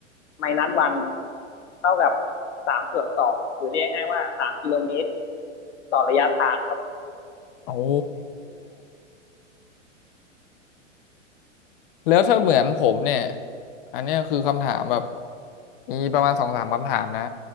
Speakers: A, on the left (about 65°); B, on the left (about 45°).
A: ไมล์นัดวันเท่ากับสามส่วนสองหรือเรียกง่ายๆว่าสามกิโลเมตรต่อระยะทางครับ
B: โอ้แล้วถ้าเหมือนผมเนี่ยอันเนี้ยคือคำถามแบบมีประมาณสองสามคำถามนะ